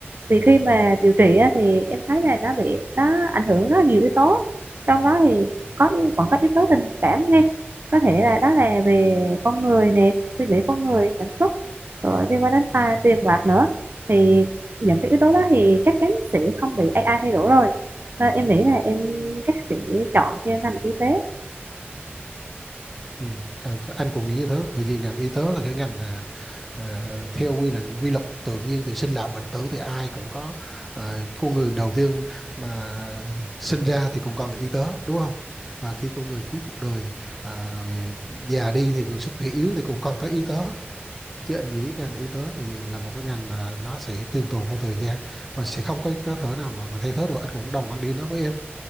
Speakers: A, on the right; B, in the centre.
A: vì khi mà điều trị á, thì em thấy là nó bị nó ảnh hưởng rất là nhiều yếu tố trong đó thì có những vẫn có yếu tố tình cảm nghe có thể là đó là về con người nè suy nghĩ con người cảm xúc rồi liên quan đến ta
B: Ừ. ừ.
A: tiền bạc nữa thì những cái yếu tố đó thì chắc chắn sẽ không bị AI thay đổi rồi nên em nghĩ là em chắc sẽ chọn theo ngành y tế
B: Ừ, à, anh cũng nghĩ như thế bởi vì ngành y tế là cái ngành à, À, theo quy định quy luật tự nhiên thì sinh lão bệnh tử thì ai cũng có à, con người đầu tiên mà sinh ra thì cũng cần y tế đúng không và khi con người cuối cuộc đời à, rồi già đi thì còn sức khỏe yếu thì cũng cần tới y tế chứ anh nghĩ ngành y tế thì là một cái ngành mà nó sẽ tương tồn theo thời gian và sẽ không có có thể nào mà mà thay thế được anh cũng đồng quan điểm đó với em